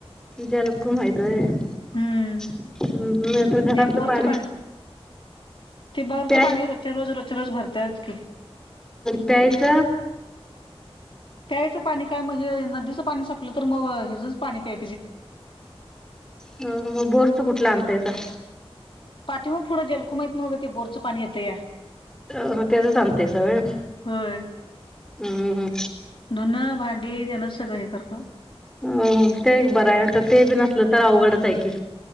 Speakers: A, in the centre; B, on the left.
A: जलकुंभ हाईत व्हय. हुं
B: हम्म
A: हुं. नाही तर, घरातलं
B: ते बोरचं
A: पाणी
B: ते बोरच
A: प्या
B: पाणी, रोच्या रोज रोच्या रोज भरत्यातच की
A: प्यायचं
B: प्यायचं पाणी काय म्हजे? नदीचं पाणी सपलं तर, मग पाणी ते
A: ह ह मग बोरचं कुठलं आणतायसा?
B: पाठी माग पुढं जलकुम हायत नव्ह गं ते बोरचं पाणी येतं या.
A: अ ते तर सांगतय सगळं
B: होय.
A: ह ह
B: धुनं भांडी त्यानंच सगळं हे करताव.
A: अ ते एक बरं आहे नाही तर ते बी न तर अवघडचं हाय कि.